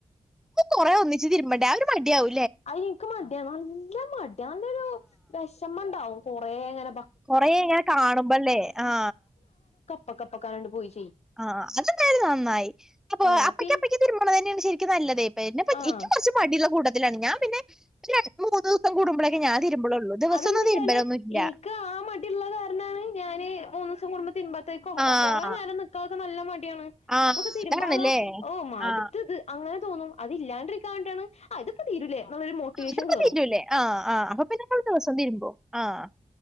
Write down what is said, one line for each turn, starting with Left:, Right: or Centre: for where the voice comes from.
Centre: ഓ്റെേ ഒന്നിച്ച് തിരുമ്പണ്ടേ അവര് മടിയാവ
Left: അ എക്ക് മടിയാനല്ല മട്യ അന്ന ഒരു വിഷമ ഉണ്ടാവും കൊറ അങ്ങനെ
Centre: കൊറെ ഇങ്ങനെ കാണുമ്പോല്ലേ ആ
Left: പക്കപ്പക്കാണ്ട് പോയിു
Centre: ആഹ് അതെന്താര് നന്നായി അപ്പൊ
Left: ആഹ്
Centre: അപ്പയ്ക്കപ്പക്ക്
Left: പിൻ
Centre: തരുമ്പോണ <unintelligible> നല്ലതേ പിന്നെ എന്നെ
Left: ആഹ്
Centre: എക്കും കുറച്ച് മടില്ല കൂ ഇതാണ് ഞാൻ പിന്നെ രണ്ട് മൂന്ന് കൂടുമ്പോഴൊക്കെ ഞാൻ തിരുമ്പലുള്ളൂ ദിവസൊന്നും
Left: അതെന്താ വച്ചാല്
Centre: തിരുമ്പലൊന്നും ഇല്ല
Left: എനിക്ക് ആ മടിുള് കാരണമാണ് ഞാന് മൂന്നു ദിവസം കൂടുമ്പോ തിൻമ്പത്തേക്ക്
Centre: ആഹ്
Left: കൊറെേ നേരം നിക്ക് നല്ല ട്യണ്‌
Centre: ആഹ്
Left: അപ്പൊക്കെ തിരുമ്പാളോ
Centre: അതാണല്ലേ
Left: ഓ മടുത്തത്
Centre: ആഹ്
Left: അങ്ങനെ തോന്നും അതലാണ്ടിരിക്കാണ്ടാണ് അതിപ്പോ തീരലേ ഒരു മോട്ടിവേഷൻ
Centre: അതിപ്പോ
Left: കെറും
Centre: തീരൂലേ ആഹ് ആഹ് അപ്പൊ പിന്നെ കൊഴപ്പില്ല എല്ലാസും തിരുമ്പോ ആഹ്